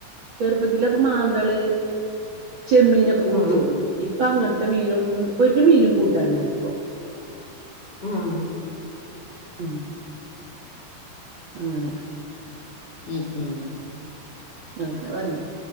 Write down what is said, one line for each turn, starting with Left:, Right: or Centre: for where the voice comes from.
Right: ചെറുപ്പത്തിലൊക്കെ മാന്തള്. ചെമ്മീനൊക്കെ കൂട്ടിയിരുന്നു.
Left: ഉം
Right: ഇപ്പൊ അങ്ങനത്തെ മീനൊന്നു ഇപൊ ഒരു മീനും കൂട്ടാണ്ടായി ഇപ്പോ.
Left: ആഹ്
Right: ഉമ് അങ്ങനെ.
Left: ഉമ് ഉമ്
Right: അങ്ങനെ പറഞ്ഞു